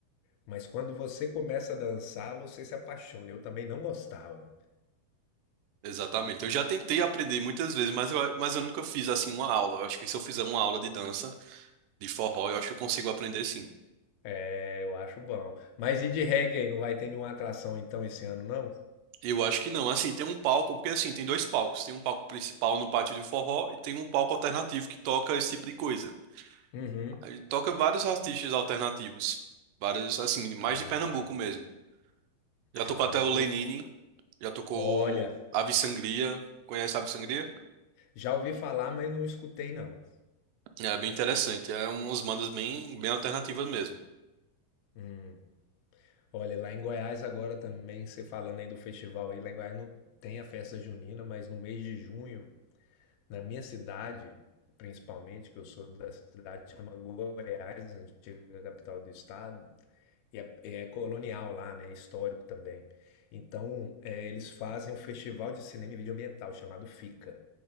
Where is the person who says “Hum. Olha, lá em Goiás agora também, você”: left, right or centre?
Left